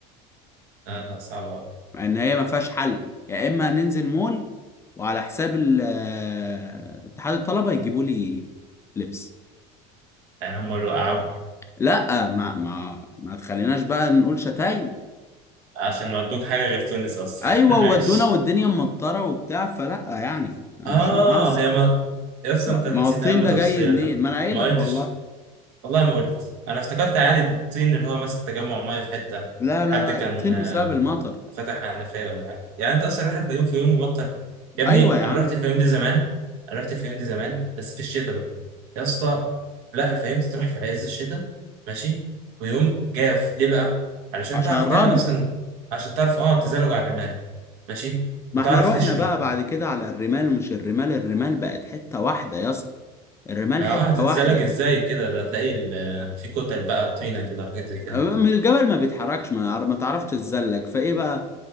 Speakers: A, on the right; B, on the left.
A: لا لا صعب أوي.
B: مع ان هي ما فيهاش حل يا اما ننزل مول وعلى حساب ال- آه، اتحاد الطلبة يجيبوا لي لبس
A: يعني هم اللي وقعوك
B: لا ما ما ما تخليناش بقى نقول شتايم
A: عشان ودوك حاجه غير تونس اصلا
B: ايوه
A: <laughs>
B: ودونا
A: ماشي
B: والدنيا مطرة وبتاع فلا يعني مش
A: اه
B: هنهزر
A: هي ما يا اسطى
B: ما
A: انت
B: ما
A: نسيت
B: هو الطين
A: اهم
B: ده
A: تفصيل
B: جاي منين
A: انت
B: ما انا قايل
A: ما
B: لك
A: قلتش
B: والله
A: والله ما قلت انا افتكرت عادي الطين اللي هو مثلا تجمع ميه في حته
B: لا
A: حد
B: لا لا
A: كان
B: الطين بسبب المطر
A: فتح حنفية ولا حاجة يعني انت اصلا رايح الفيوم في يوم مبطل يا ابني
B: ايوه يا
A: انا
B: عم
A: رحت الفيوم دي زمان انا رحت الفيوم دي زمان بس في الشتاء بقى يا اسطى لا الفيوم تروح في عز الشتاء ماشي ويوم جاف ليه بقى علشان
B: عشان
A: تعرف
B: الرمل
A: تعمل اصلا عشان تعرف اه تزلج على الرمال ماشي
B: ما
A: وتعرف
B: احنا رحنا
A: تشوي
B: بقى بعد كده على الرمال مش الرمال الرمال بقت حتة واحدة يا اسطى الرمال
A: ما
B: حتة
A: اه هتتزلج
B: واحدة
A: ازاي كده ده هتلاقي ال- في كتل بقى طينة كده وحاجات زي كده
B: من الجبل ما بيتحركش ما, يعر- ما تعرفش تتزلج فايه بقى